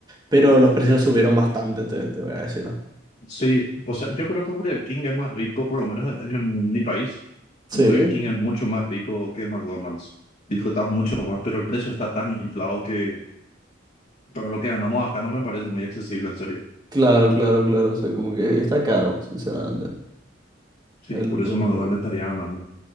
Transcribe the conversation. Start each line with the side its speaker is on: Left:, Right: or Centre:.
Right: pero los precios subieron bastante, te, te voy a decir, ¿no?
Left: Sí, o sea, yo creo que Burger King es más rico, por lo menos en, en mi país.
Right: Sí,
Left: Burger King es mucho más rico que McDonald's. Disfrutamos mucho más, pero el precio está tan inflado que para lo que ganamos acá no me parece muy accesible, en serio.
Right: claro, claro, claro. O sea, como que está caro, sinceramente.
Left: Sí,
Right: El,
Left: por eso
Right: el- burger.
Left: McDonald's estaría ganando.